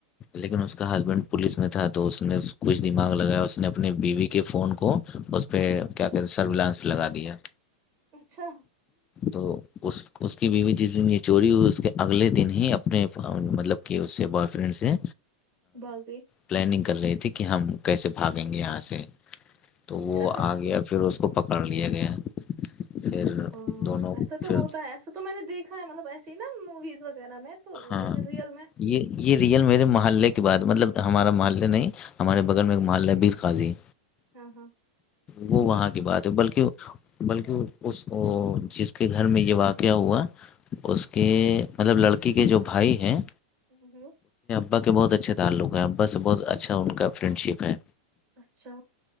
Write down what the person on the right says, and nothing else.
اچھا
بھاگ گئی
اچھا
ہاں
ایسا تو
ہوتا ہے ایسا تو میں نے دیکھا ہے مطلب ایسے ہی نا موویز وغیرہ میں تو
لیکن ریئل میں
ہاں ہاں
ہوں ہوں
اچھا